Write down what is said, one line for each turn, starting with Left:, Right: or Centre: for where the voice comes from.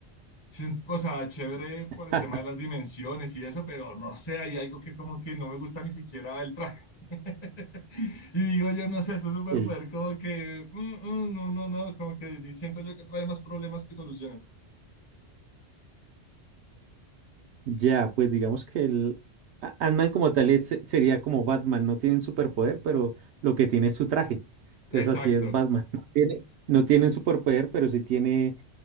Left: Sí, o sea, chévere por
Right: <laughs>
Left: el tema de las dimensiones y eso, pero no sé, hay algo que como que no me gusta ni siquiera el traje. <laughs> Y digo, yo no sé, este superpoder
Right: El,
Left: como que, mm, mm, no, no, no, como que sí, siento yo que trae más problemas que soluciones.
Right: ya, pues digamos que el a- Ant-Man como tal es- se- sería como Batman, no tienen superpoder, pero lo que tiene es su traje. Entonces
Left: Exacto,
Right: así es Batman. <laughs> No tiene, no tiene un superpoder, pero sí tiene,